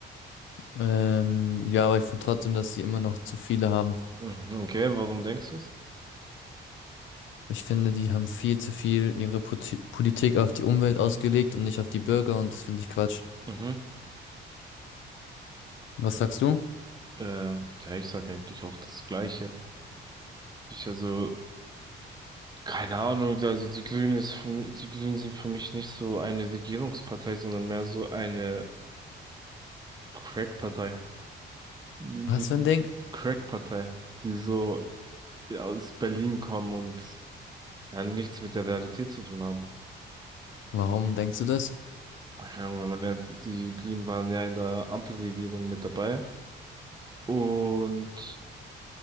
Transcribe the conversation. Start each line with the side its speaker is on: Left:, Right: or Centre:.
Left: Ähm, ja, aber ich finde trotzdem, dass sie immer noch zu viele haben.
Right: Mhm, okay, warum denkst du es?
Left: Ich finde, die haben viel zu viel ihre Poti- Politik auf die Umwelt ausgelegt und nicht auf die Bürger und das finde ich Quatsch.
Right: Mhm.
Left: Was sagst du?
Right: Ähm, ja, ich sag eigentlich auch das Gleiche. Ich also, keine Ahnung, also die Grünen ist für, mi- die Grünen sind für mich nicht so eine Regierungspartei, sondern mehr so eine Crack-Partei. Die
Left: Was für ein Ding?
Right: Crack-Partei, die so ja, aus Berlin kommen und ja, nichts mit der Realität zu tun haben.
Left: Warum denkst du das?
Right: Keine Ahnung, wenn man jetzt, die Grünen waren ja in der Ampelregierung mit dabei und